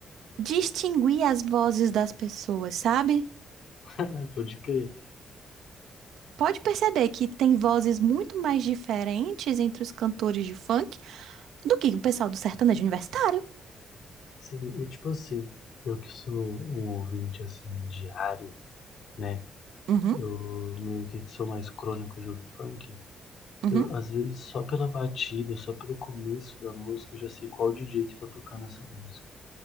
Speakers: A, on the right; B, on the left.
A: distinguir as vozes das pessoas, sabe?
B: <laughs> Pode crer.
A: Pode perceber que tem vozes muito mais diferentes entre os cantores de funk do que o pessoal do sertanejo universitário.
B: Sim, e tipo assim, eu que sou um ouvinte assim diário, né?
A: Uhum.
B: Eu meio que sou mais crônico de ouvir funk.
A: Uhum.
B: Eu, às vezes, só pela batida, só pelo começo da música, eu já sei qual DJ que tá tocando essa música.